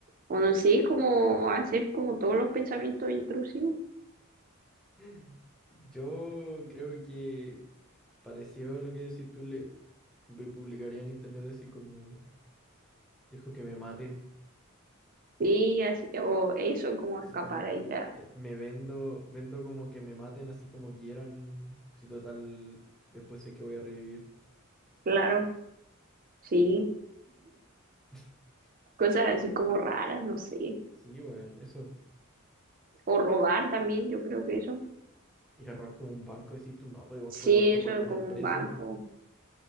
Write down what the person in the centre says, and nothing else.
<laughs> Yo creo que... Parecido a lo que si tú le me publicaría en internet así como dejo que me maten,
así
como
eh, me vendo, vendo como que me maten así como quieran, si total después sé que voy a revivir.
<laughs>
Sí, weón, eso.
Ir a robar como un banco y decir tú no, pero después
igual
te pueden
meter
preso.